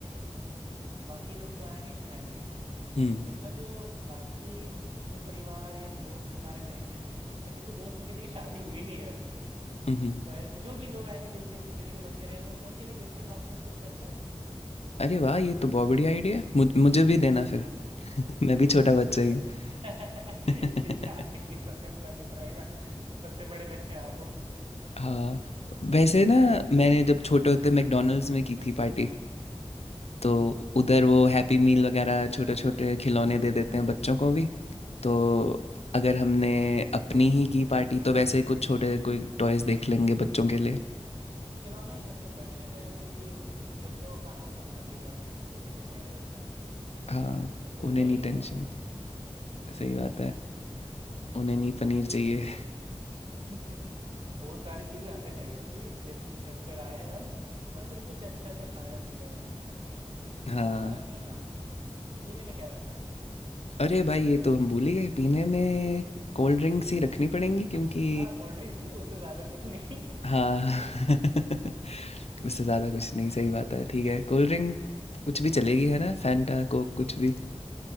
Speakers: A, on the right; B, on the left.
A: बाकी लोग तो आएंगे खाएंगे
B: हम्म
A: क्यों ना जो बाकी जो परिवार या दोस्त हमारे रहेंगे ऐसे तो दोस्त में किसी की शादी हुई नहीं है अपनी
B: उहुँ।
A: पर जो भी लोग आएंगे जिनके छोटे छोटे बच्चे रहेंगे उनके लिए गिफ्टिंग ऑप्शंस कुछ करते हैं
B: अरे वाह! ये तो बहुत बढ़िया आइडिया है। मुझ मुझे भी देना फिर। <laughs> मैं भी छोटा बच्चा ही
A: अच्छा
B: हूँ।
A: <laughs>
B: <laughs>
A: ठीक है आपके लिए सबसे बड़ा गिफ्ट रहेगा सबसे बड़े बच्चे आपको
B: हाँ, वैसे ना मैंने जब छोटे होते मैकडॉनल्ड्स में की थी पार्टी। तो उधर वो हैप्पी मील वगैरह छोटे-छोटे खिलौने दे देते हैं बच्चों को भी। तो अगर हमने अपनी ही की पार्टी तो वैसे ही कुछ छोटे कोई टॉयज़ देख लेंगे बच्चों के लिए।
A: खिलौना ही सबसे बढ़िया रहेगा क्योंकि बच्चों को कहाँ खाना पीना के पीछे पड़े रहते हैं
B: हाँ,
A: उनको
B: उन्हें
A: तो चाहिए
B: नहीं टेंशन।
A: खिलौने
B: सही बात है। उन्हें नहीं पनीर चाहिए।
A: <laughs> वो सारी चीज़ें हमें चाहिए होती जब थक कर आए हम और फिर कुछ अच्छा सा खाना पीना मिले
B: <laughs> हाँ।
A: खाना पीना पीने में क्या रखना है
B: अरे भाई ये तो हम भूल ही गए पीने में कोल्ड ड्रिंक्स ही रखनी पड़ेंगी क्योंकि
A: हाँ कोल्ड ड्रिंक्स ही उससे ज़्यादा कुछ नहीं
B: हाँ <laughs> उससे ज़्यादा कुछ नहीं सही बात है ठीक है कोल्ड ड्रिंक कुछ भी चलेगी है ना फैंटा कोक कुछ भी